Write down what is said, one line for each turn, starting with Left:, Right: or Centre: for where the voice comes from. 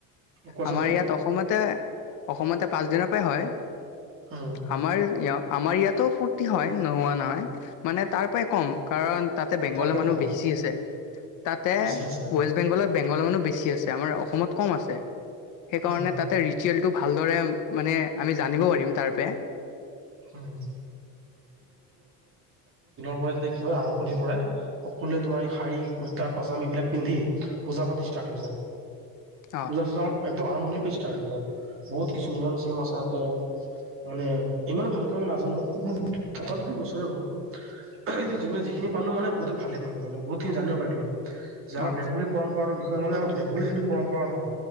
Right: কোৱাচোন
Left: আমাৰ
Right: কোৱা
Left: ইয়াত অসমতে, অসমতে পাঁচ দিনৰ পৰাই হয়,
Right: উম,
Left: আমাৰ আমাৰ ইয়াতো ফূৰ্তি হয়। নোহোৱা নহয় মানে তাৰ পৰাই কম কাৰণ তাতে বেংগলৰ
Right: তাৰ পৰা
Left: মানুহ
Right: কম
Left: বেছি আছে, তাতে
Right: বেছি আছে
Left: ৱেষ্ট বেংগলৰ মানুহ বেছি আছে, আমাৰ অসমত কম আছে। সেইকাৰণে
Right: উম,
Left: তাতে ৰিচুৱেল সেইটো ভালদৰে মানে আমি জানিব পাৰিম তাৰপৰা।
Right: উম, মইটো দেখোই আৰম্ভনিৰ পৰাই সকলোৱে তোমাৰ এই শাৰী কুৰ্তা পাজাম এইবিলাক পিন্ধি পূজা পাত ষ্টাৰ্ট হৈ যায়।
Left: অ
Right: পূজা চূজাত একদম আৰম্ভণি পৰাই ষ্টাৰ্ট হৈ যায় বহুত কিছু নিয়ম চয়ম আছে তাতে মানে ইমানো ভালক মই নাজানো মোৰ থকাতটো দুইবছৰে হ'ল এইটো যি যিখিনি পালো মানে বহুতে ভালে পালো মানে বহুত জানিব পাৰিলো যে আমাৰ
Left: অ
Right: বেংগলী পৰম্পৰাটোৰ বিষে মানে আমাৰ বেংগলী যোনটো পৰম্পৰা আমাৰ